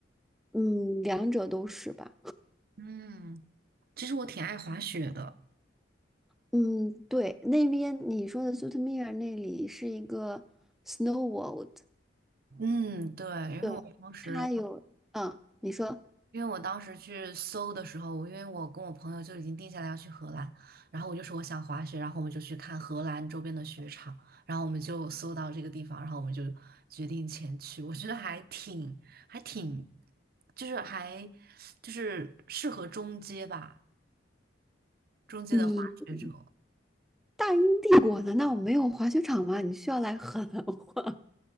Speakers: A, in the centre; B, on the right (about 50°).
A: 嗯，两者都是吧。
B: 嗯，其实我挺爱滑雪的。
A: 嗯，对，那边你说的 s u 苏特米尔那里是一个 snow world，
B: 嗯，对，因为我当时，
A: 对，它有，嗯，你说
B: 因为我当时去搜的时候，我因为我跟我朋友就已经定下来要去荷兰，然后我就说我想滑雪，然后我们就去看荷兰周边的雪场，然后我们就搜到这个地方，然后我们就决定前去。我觉得还挺，还挺，就是还就是适合中阶吧。中间的滑雪者。
A: 你大英帝国难道没有滑雪场吗？你需要来 <laughs> 荷兰滑？